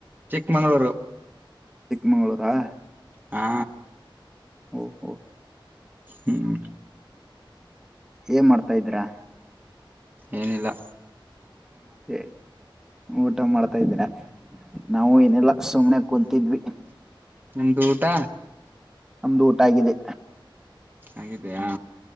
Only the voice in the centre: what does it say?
ಮಂಗಳೂರಾ
ಓ ಹೋ
ಏನ್ ಮಾಡ್ತಾ ಇದ್ದೀರಾ
ಎ ಊಟ ಮಾಡ್ತಾ ಇದೀರಾ ನಾವು ಏನಿಲ್ಲಾ ಸುಮ್ನೆ ಕುಂತಿದ್ವಿ
ನಮ್ದು ಊಟ ಆಗಿದೆ